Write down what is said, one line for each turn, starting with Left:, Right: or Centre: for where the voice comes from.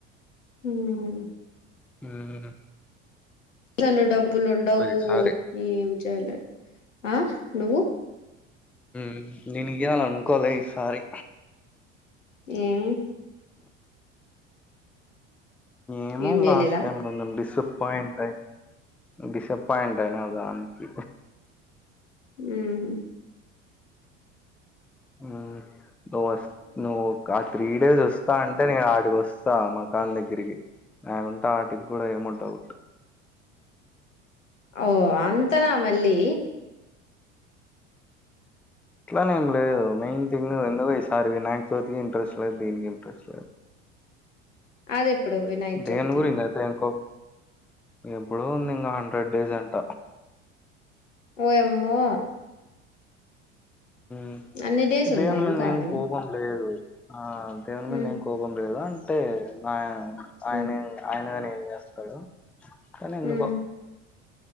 Left: మ్
Centre: మ్
Left: స్సలు డబ్బులు ఉండవు
Centre: ఈసారి.
Left: ఏంచేయాలి ఆ నువ్వు
Centre: మ్ నేను ఇయ్యాల అనుకోలే ఈసారి
Left: ఏమి
Centre: ఏమో
Left: ఏం చేయలేదా
Centre: లాస్ట్ టైం కొంచం డిసప్పాయింట్ అయ్యింది డీస పాయింట్ అయినా దానికి
Left: మ్ హు
Centre: మ్ నువోస్ నువ్వు కా త్రీ డేస్ వస్తా అంటే నేను వాటికి వస్తా మకాన్ దగ్గరికి నాగుంట వాటిగ్గూడా ఏమో డౌట్
Left: ఓ అంతనా మళ్ళీ
Centre: ట్లానేం లేదు మెయిన్ థింగ్ ఎందుకో ఈసారి వినాయక చవితికి ఇంట్రెస్ట్ లేదు దీనికి ఇంట్రెస్ట్ లేదు
Left: అదెప్పుడు వినాయక
Centre: దెని
Left: చవితి
Centre: గురించద్ ఇంకో ఎప్పుడు ఉంది ఇంకా హండ్రెడ్ డేస్ అంట
Left: ఓయమ్మో
Centre: మ్
Left: అన్ని డేస్
Centre: దేవుని
Left: ఉందా
Centre: మింద
Left: ఇంకా
Centre: ఎం
Left: అది
Centre: కోపం లేదు ఆ దేవుని
Left: ఉమ్,
Centre: మీంద ఎం కోపం లేదు అంటే నా ఆయన
Left: ఉమ్,
Centre: ఆయన కాని ఏం చేస్తడు కానీ ఎందుకో
Left: ఉమ్,